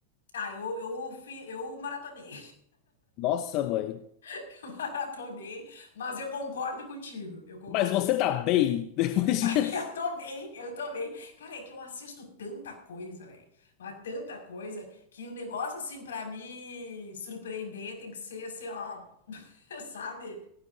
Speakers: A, on the left; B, on the left.
A: Ah, eu, eu, fi, eu maratonei,
B: Nossa, mãe.
A: <laughs> eu maratonei, mas eu concordo contigo, eu concordo,
B: Mas você tá bem <laughs> depois
A: <laughs>
B: disso?
A: eu tô bem, eu tô bem. Cara, é que eu assisto tanta coisa, velho, mas tanta coisa, que o negócio, assim, pra me surpreender tem que ser, assim, ó, <laughs> sabe?